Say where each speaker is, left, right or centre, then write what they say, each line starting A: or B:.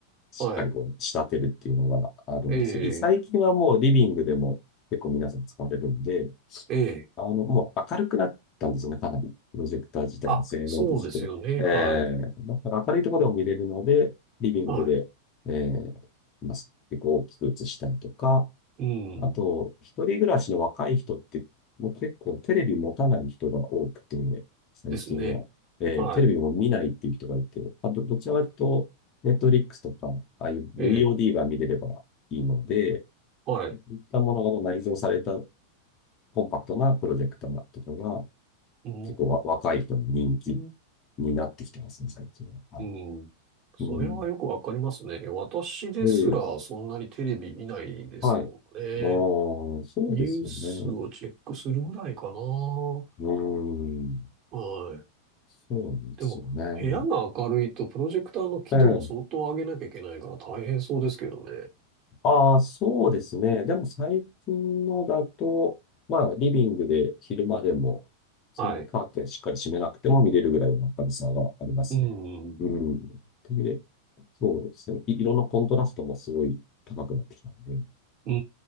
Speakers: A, on the left; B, on the right.
A: しっかりこう仕立てるっていうのがあるんですよ。
B: はい。え
A: い最近はもうリビングでも結構皆さん使われるんで、
B: え、ええ。
A: あの、もう明るくなったんですよね、かなり。プロジェクター自体の性能として。
B: あ、そうですよね。
A: えー、
B: はい。
A: だから明るいところでも見れるので、リビングで、
B: はい。
A: えー、まあ結構大きく映したりとか、
B: うん。
A: あと、一人暮らしの若い人って、もう結構テレビ持たない人が多くて、最近は。
B: ですね。
A: えーテレビも見ないっていう人がいて、
B: はい。
A: あと、どちらかというと、ネットフリックスとか、ああいう VOD
B: ええ。
A: が見れればいいので、
B: はい。
A: そういったものがもう内蔵されたコンパクトなプロジェクターとかが、
B: うー
A: 結構わ若い人に人気
B: ん。
A: になってきてますね、最近は。
B: うん。
A: は
B: それはよくわかりますね。
A: いうん。
B: 私ですらそんなにテレビ見ないですもんね。
A: で、はい。あーそうですよね。
B: ニュースをチェックするぐらいかな。は
A: うーん。
B: い。
A: そうなんですよね。
B: でも、部屋が明るいとプロジェクターの輝度も相当上げなきゃいけないから大変そうですけどね。
A: ええ。ああ、そうですね。でも最近のだと、まあ、リビングで昼間でも、そのカーテンしっかり閉めなくても見れるぐらいの明るさがありますね。
B: はい。うん。
A: うん。で、そうですね。い色のコントラストもすごい高くなってきたんで、
B: う